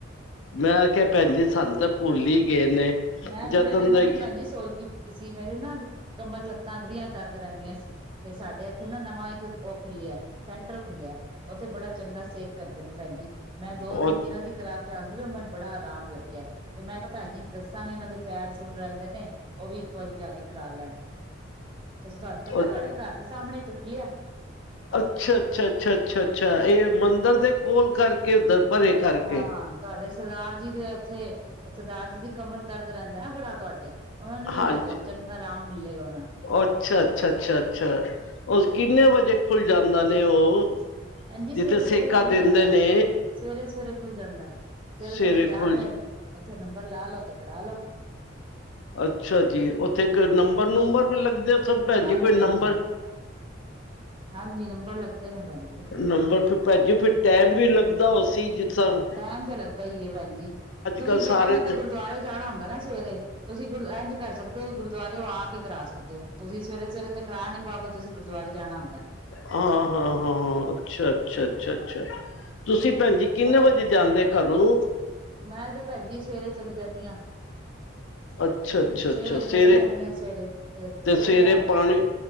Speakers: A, on the left; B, on the right.
A: ਮੈਂ ਕਿਹਾ ਭੈਣਜੀ ਸਾਨੂੰ ਭੁੱਲ ਹੀ ਗਏ ਨੇ।
B: ਮੈਂ
A: ਜਦੋਂ
B: ਬੜੇ ਦਿਨਾਂ
A: ਦੇ
B: ਦੀ ਭੈਣਜੀ ਸੋਚਦੀ ਪ ਸੀ ਮੇਰੇ ਨਾ ਕਮਰ ਲੱਤਾਂ ਬੜੀਆਂ ਦਰਦ ਰਹਿੰਦੀਆਂ ਸੀ ਤੇ ਸਾਡੇ ਇੱਥੇ ਨਾ ਨਵਾਂ ਇੱਕ ਉਹ ਖੁੱਲਿਆ ਸੈਂਟਰ ਖੁੱਲਿਆ ਉੱਥੇ ਬੜਾ ਚੰਗਾ ਸੇਕ ਕਰਦੇ ਨੇ ਭੈਣਜੀ। ਮੈਂ ਦੋ-ਤਿੰਨ
A: ਉਹ-
B: ਦਿਨਾਂ ਦੀ ਕਰਾ ਕੇ ਆਂਦੀ ਵੀ ਮਨ ਨੂੰ ਬੜਾ ਆਰਾਮ ਲੱਗਿਆ ਤੇ ਮੈਂ ਕਿਹਾ ਭੈਣ ਜੀ ਨ ਦੱਸ ਤਾਂ ਵੀ ਉਹਨਾਂ ਦੇ ਪੈਰ ਸੁਣ ਰਹਿੰਦੇ ਨੇ ਉਹ ਵੀ ਇੱਕ ਵਾਰੀ ਜਾ ਕੇ ਕਰਾ ਲੈਣ। ਤੁਸੀਂ ਤੁਹਾਨੂੰ ਪਤਾ
A: ਉਹ-
B: ਤੁਹਾਡੇ ਘਰ ਦੇ ਸਾਹਮਣੇ ਤੇ ਖੁੱਲਿਆ
A: ਅੱਛਾ -ਅੱਛਾ- ਅੱਛਾ- ਅੱਛਾ -ਅੱਛਾ ਇਹ ਮੰਦਿਰ ਦੇ ਕੋਲ ਕਰਕੇ ਉੱਧਰ ਪਰੇ ਕਰਕੇ
B: ਹਾਂ ਤੁਹਾਡੇ ਸਰਦਾਰ ਜੀ ਦੇ ਉੱਥੇ ਸਰਦਾਰ ਜੀ ਦੀ ਕਮਰ ਦਰਦ ਰਹਿੰਦਾ ਨਾ ਬੜਾ ਤੁਹਾਡੇ ਉਹਨਾਂ ਨੂੰ ਵੀ
A: ਹਾਂਜੀ
B: ਲੈ ਜਾਓ ਚੰਗਾ ਆਰਾਮ ਮਿਲੇਗਾ ਉਹਨਾਂ ਨੂੰ
A: ਅੱਛਾ ਅੱਛਾ- ਅੱਛਾ- ਅੱਛਾ ਉਹ ਕਿੰਨੇ ਵਜੇ ਖੁੱਲ ਜਾਂਦਾ ਨੇ ਉਹ
B: ਹਾਂਜੀ ਸਵੇਰੇ-ਸਵੇਰੇ
A: ਜਿੱਥੇ ਸੇਕਾ
B: ਖੁੱਲ
A: ਦਿੰਦੇ
B: ਜਾਂਦਾ,
A: ਨੇ
B: ਸਵੇਰੇ-ਸਵੇਰੇ ਖੁੱਲ ਜਾਂਦਾ ਸਵੇਰੇ-ਸਵੇਰੇ
A: ਸਵੇਰੇ
B: ਜਾ
A: ਖੁੱਲ
B: ਕੇ ਉੱਥੇ ਨੰਬਰ ਲਾ ਲੋ ਤੇ ਕਰਾ ਲੋ।
A: ਅੱਛਾ ਜੀ ਉੱਥੇ ਕੋ ਨੰਬਰ-ਨੂੰਬਰ ਵੀ ਲੱਗਦੇ? ਉਥੇ ਭੈਣ
B: ਹਾਂਜੀ-ਹਾਂਜੀ।
A: ਜੀ ਕੋਈ ਨੰਬਰ
B: ਹਾਂਜੀ ਹਾਂਜੀ ਨੰਬਰ ਲੱਗਦੇ ਨੇ ਭੈਣਜੀ।
A: ਨੰਬਰ ਫਿਰ ਭੈਣਜੀ ਫਿਰ ਟਾਈਮ ਵੀ ਲੱਗਦਾ ਉਹ ਸੀ ਜਿਸਨ
B: ਟਾਈਮ ਤਾਂ ਲੱਗਦਾ ਹੀ ਹੈ ਭੈਣ ਜੀ ਤੁਸੀਂ
A: ਕੱਲ੍ਹ ਸਾਰੇ
B: ਲੋਕਾਂ ਨੇ
A: ਤੇ
B: ਤਾਂ ਗੁਰਦੁਆਰੇ ਜਾਣਾ ਹੁੰਦਾ ਨਾ ਸਵੇਰੇ ਤੁਸੀ ਗੁਰ ਇੰਝ ਕਰ ਸਕਦੇ ਹੋ ਗੁਰਦੁਆਰੇਓ ਆ ਕੇ ਕਰਾ ਸਕਦੇ ਹੋ। ਤੁਸੀ ਸਵੇਰੇ-ਸਵੇਰੇ ਤੇ ਕਰਾ ਨੀ ਪਾਓਗੇ ਤੁਸੀਂ ਗੁਰਦੁਆਰੇ ਜਾਣਾ ਹੁੰਦਾ।
A: ਹਾਂ -ਹਾਂ -ਹਾਂ- ਹਾਂ ਅੱਛਾ-ਅੱਛਾ-ਅੱਛਾ-ਅੱਛਾ ਤੁਸੀ ਭੈਣ ਜੀ। ਕਿੰਨੇ
B: ਬੜੇ
A: ਵੱਜੇ ਜਾਂਦੇ ਘਰੋਂ
B: ਮੈਂ ਤੇ ਭੈਣਜੀ ਸਵੇਰੇ ਚਲੀ ਜਾਂਦੀ ਆਂ।
A: ਅੱਛਾ ਅੱਛਾ
B: ਛੇ
A: ਅੱਛਾ
B: ਵਜੇ
A: ਸਵੇਰੇ
B: ਚਲੀ ਜਾਂਦੀ ਹ ਸਵੇਰੇ ਤੇ
A: ਸਵੇਰੇ
B: ਰਹੀ ਗੱਲ
A: ਪਾਣੀ